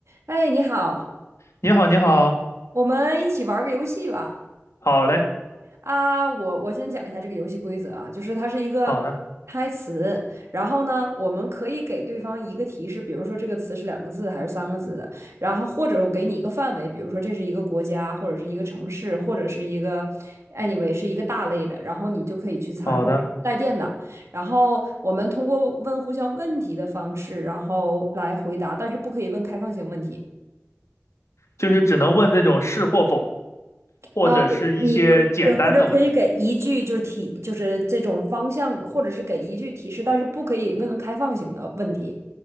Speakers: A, on the right; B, on the left.
A: 哎，你好，
B: 你好，你好，
A: 我们一起玩儿个游戏吧。
B: 好嘞，
A: 啊，我我先讲一下这个游戏规则啊，就是它是一个
B: 好的，
A: 猜词，然后呢，我们可以给对方一个提示，比如说这个词是两个字的还是三个字的，然后或者我给你一个范围，比如说这是一个国家，或者是一个城市，或者是一个 anyway 是一个大类的，然后你就可以去猜，
B: 好的，
A: 或者是带电的。然后我们通过问互相问题的方式，然后来回答，但是不可以问开放性问题。
B: 就是只能问这种是或否，或者是一些简单的问题。
A: 啊，你可对，或者可以给一句就是提，就是这种方向，或者是给一句提示，但是不可以问开放型的问题。